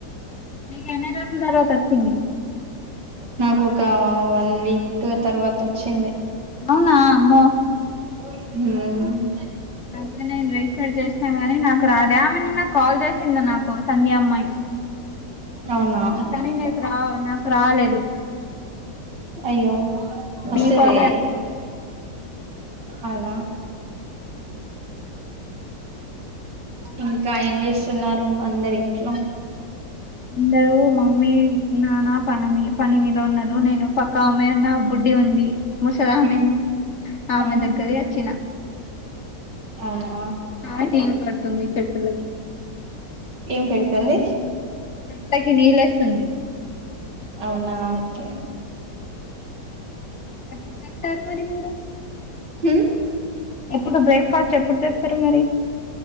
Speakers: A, on the left; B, on the right.
A: <unintelligible> తర్వాత ఒచ్చింది
B: నాకు ఒక వన్ వీక్ తర్వాత వచ్చింది
A: అవునా అమ్మో
B: హ
A: అయితే నేను రీఫర్ చేస్తాను గాని నాకు రాదా ఆమె నిన్న కాల్ చేసి సింది నాకు సంధ్య అమ్మాయి
B: అవునా
A: కనీ ఆ నాకు రాలేదు
B: అయ్యో వస్తది
A: మీ కాలే వచ్చింది
B: అవునా ఇంకా ఏం చేస్తున్నారు అందరు ఇంట్లో
A: అందరూ మమ్మీ నానా పనమి పని మీద ఉన్నారు నేను పక్కా అమ్మాయి ఉన్న బుడ్డి ఉంది ముసలామె
B: హ్మ్
A: ఆమె
B: ఆ
A: దగ్గరి అచ్చిన
B: అవునా
A: ఆమె నీళ్ళు పడుతుంది చెట్లకి
B: ఏం పెడుతుంది
A: చెట్లకి నీళ్ళు ఏస్తుంది
B: అవునా ఓకే
A: ఎప్పుడు తింటారు మరి మీరు
B: హ
A: ఇప్పుడు బ్రేక్ఫాస్ట్ ఎప్పుడు చేస్తారు మరి